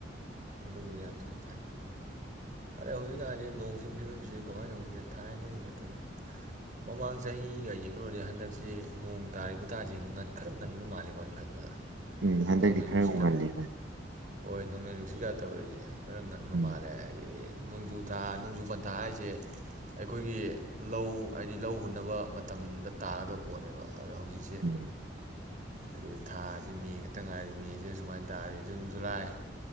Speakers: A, on the right; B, on the right.
A: ꯑꯗꯨꯝꯕ ꯌꯥꯝꯊꯤꯅ ꯐꯩ ꯑꯗꯩ ꯍꯧꯖꯤꯛꯀꯥꯟꯁꯤ ꯅꯣꯡ ꯆꯤꯡꯒꯤ ꯐꯤꯕꯝꯁꯤꯁꯨ ꯀꯃꯥꯏꯅ ꯇꯧꯗꯦ ꯊꯥꯏꯅꯒꯤ ꯃꯇꯝ ꯃꯃꯥꯡ ꯆꯍꯤꯒ ꯌꯦꯡꯅꯨꯔꯗꯤ ꯍꯟꯗꯛꯁꯤ ꯅꯣꯡ ꯇꯥꯔꯤ ꯈꯨꯨꯇꯥꯁꯤ ꯈꯔ ꯉꯟꯕ ꯃꯥꯜꯂꯦꯀꯣ ꯑꯩꯅ ꯈꯟꯕꯗ
B: ꯎꯝ ꯍꯟꯗꯛꯇꯤ
A: ꯅꯣꯡꯂꯩ
B: ꯈꯔ
A: ꯅꯨꯡꯁꯤꯠꯀꯥ
B: ꯉꯜꯂꯤ
A: ꯍꯣꯏ ꯅꯣꯡꯂꯩ ꯅꯨꯡꯁꯤꯠꯀꯥ ꯇꯧꯔꯤꯁꯦ ꯈꯔ ꯉꯟꯕ
B: ꯎꯝ
A: ꯃꯥꯜꯂꯦ ꯍꯥꯏꯦ ꯍꯥꯏꯗꯤ ꯅꯣꯡꯖꯨ ꯊꯥ ꯅꯣꯡꯖꯨ ꯄꯟꯊꯥ ꯍꯥꯏꯁꯦ ꯑꯩꯈꯣꯏꯒꯤ ꯂꯧ ꯍꯥꯏꯗꯤ ꯂꯧ ꯍꯨꯟꯅꯕ ꯃꯇꯝꯗ ꯇꯥꯒꯗꯕ ꯄꯣꯠꯅꯦꯕ ꯑ ꯍꯧꯖꯤꯛꯁꯦ
B: ꯎꯝ
A: ꯑꯩ ꯊꯥꯁꯤ ꯃꯦ ꯈꯛꯇ ꯉꯥꯏꯔꯤ ꯃꯦꯁꯤꯗ ꯁꯨꯃꯥꯏꯅ ꯇꯥꯔꯗꯤ June July